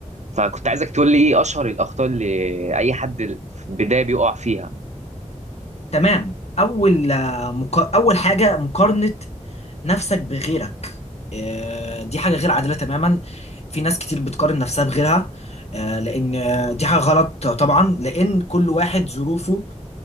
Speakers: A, on the right (about 65°); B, on the left (about 55°).
A: فكنت عايزك تقول لي ايه اشهر الاخطاء اللي اي حد في البدايه بيقع فيها
B: تمام أول آه، مك... أول حاجة مقارنة نفسك بغيرك آه، دي حاجة غير عادلة تماما في ناس كتير بتقارن نفسها بغيرها آه، لأن آه، دي حاجة غلط طبعا لأن كل واحد ظروفه